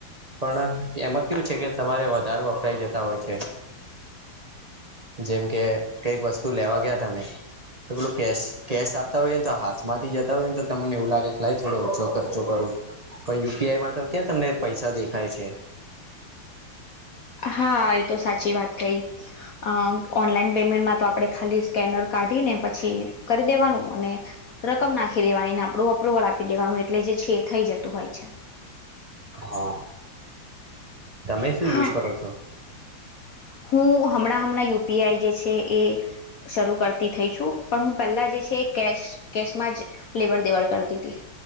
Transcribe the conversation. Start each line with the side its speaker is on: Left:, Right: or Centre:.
Right: પણ એમાં કેયુ છે, કે તમારે વધારે વપરાય જતા હોય છે. જેમ કે કઈક વસ્તુ લેવા ગયા તમે તો પેલું કેશ કેશ આપતા હોય ને તો હાથમાંથી જતા હોય ને તો તમને એવું લાગે થોડો ઓછો ખર્ચો કરું પણ યુપીઆઈમાં તો ક્યાં તમને પૈસા દેખાય છે.
Left: હા એ તો સાચી વાત કઈ અ ઓનલાઈન પેમેન્ટમાં તો આપણે ખાલી સ્કેનર કાઢીને પછી કરી દેવાનું અને રકમ નાખી દેવાની ને આપણું અપ્રુવલ આપી દેવાનું એટલે જે છે, એ થઈ જતું હોય છે.
Right: હા તમે શું
Left: હા
Right: યુઝ કરો છો?
Left: હું હમણા હમણા યુ પી આઈ જે છે, એ શરૂ કરતી થઈ છું પણ હું પહેલા જે છે, કેશ કેશમાં જ લેવડ દેવડ કરતી